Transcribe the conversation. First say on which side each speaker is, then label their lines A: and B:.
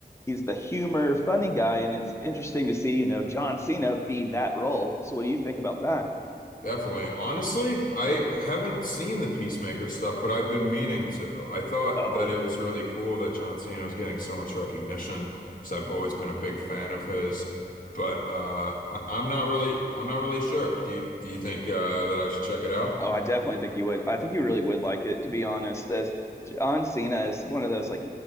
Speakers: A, on the left (about 15°); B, on the left (about 55°).
A: He's the humor, funny guy, and it's interesting to see, you know, John Cena be that role. So what do you think about that?
B: Definitely. Honestly, I haven't seen the Peacemaker stuff, but I've been meaning to. I thought
A: Oh,
B: that it was really cool that John Cena was getting so much recognition because I've always been a big fan of his. But uh, I, I'm not really I'm not really sure. Do you do you think uh, that I should check it out?
A: Oh, I definitely think you would. I think you really would like it, to be honest. As John Cena is one of those, like,